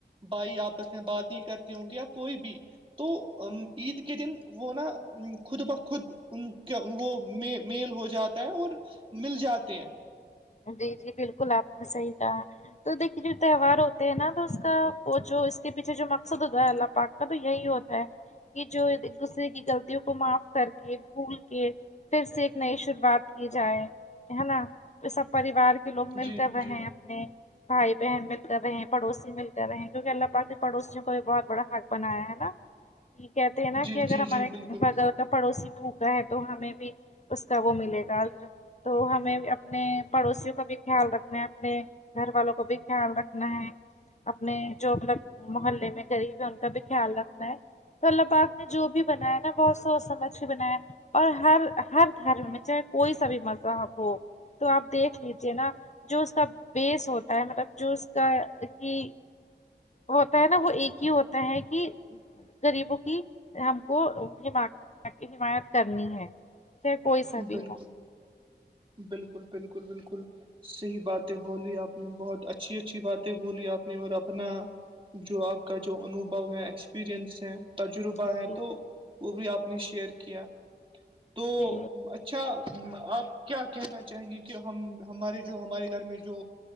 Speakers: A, on the right (about 30°); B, on the left (about 40°).
A: بھائی آپس میں بات نہیں کرتے ہوں گے یا کوئی بھی تو عید کے دن وہ نا خود بخود ان کا وہ میل ہو جاتا ہے اور مل جاتے ہیں
B: جی جی بالکل اپنے صحیح کہا تو دیکھیے جو تہوار ہوتے ہیں نا تو اس کا وہ جو اس کے پیچھے جو مقصد ہوتا ہے اللہ پاک ا تو یہی ہوتا ہے کہ جو ایک دوسرے کی غلطیوں کو معاف کر کے بھول کے پھر سے ایک نئی شروعات کی جائے ہے نا سب پریوار کے ک لوگ مل
A: جی
B: کر رہے
A: جی
B: ہیں اپنے بھائی بہن مل کر رہے ہیں پڑوسی مل کر رہے ہیں کیونکہ اللہ پاک نے پڑوسیوں کو بھی بہت بڑا حق بنایا ہے نا کہ کہتے ہیں نا
A: جی
B: کہ اگر
A: جی
B: ہمارے
A: جی بالکل
B: بغل کا پڑوسی بھوکا ہے تو ہمیں بھی اس کا وہ ملے گا عجر تو ہمیں اپنے پڑوسیوں کا بھی خیال رکھنا ہے اپنے گھر والوں کو بھی خیال رکھنا ہے اپنے جو مطلب محلے میں غریب ہے ان کا بھی خیال رکھنا ہے تو اللہ پاک نے جو بھی بنایا نا بہت سوچ سمجھ کے بنایا اور ہر ہر دھرم میں چاہے کوئی سا بھی مذہب ہو تو آپ دیکھ لیجیے نا جو اس کا بیس ہوتا ہے مطلب جو اس کا کہ ہوتا ہے نا وہ ایک ہی ہوتا ہے کہ غریبوں کی ہم کو حمایت کرنی ہے چاہے کوئی سا بھی
A: بالکل
B: ہو
A: بالکل بالکل بالکل صحیح باتیں بولی آپ نے بہت اچھی اچھی باتیں بولی آپ نے اور اپنا جو آپ کا جو انوبھو ہے ایکسپریئنس ہیں تجربہ
B: جی
A: ہے
B: جی
A: تو وہ بھی آپ نے شیئر کیا تو
B: جی
A: اچھا آپ کیا کہنا چاہیں گے کہ ہم ہمارے جو ہمارے گھر میں جو